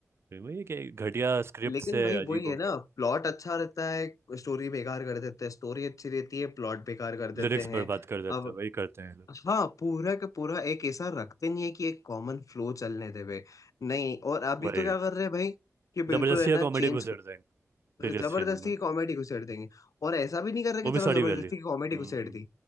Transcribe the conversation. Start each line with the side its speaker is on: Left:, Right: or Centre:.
Right: फिर वही कि घटिया स्क्रिप्ट
Left: लेकिन
Right: से
Left: भाई
Right: अजीब
Left: वही
Right: हो
Left: है ना
Right: गया
Left: प्लॉट अच्छा रहता है स्टोरी बेकार कर देते हैं स्टोरी अच्छी रहती है प्लॉट बेकार कर देते
Right: लिरिक्स
Left: हैं
Right: बर्बाद कर देता
Left: अब
Right: है वही करते हैं ये लोग
Left: हाँ पूरा का पूरा एक ऐसा रखते नहीं है कि एक कॉमन फ्लो चलने देवे नहीं और अभी
Right: वही
Left: तो क्या कर रहे हैं भाई कि
Right: जबरदस्ती
Left: बिल्कुल है ना
Right: कॉमेडी
Left: चेंज
Right: घुसेड़ देंगे सीरियस
Left: जबरदस्ती
Right: फिल्म में
Left: की कॉमेडी को छेड़ देंगे और ऐसा भी नहीं कर रहे कि
Right: वो
Left: चलो
Right: भी सारी
Left: जबरदस्ती
Right: वैली हम्म
Left: की कॉमेडी को छेड़ दी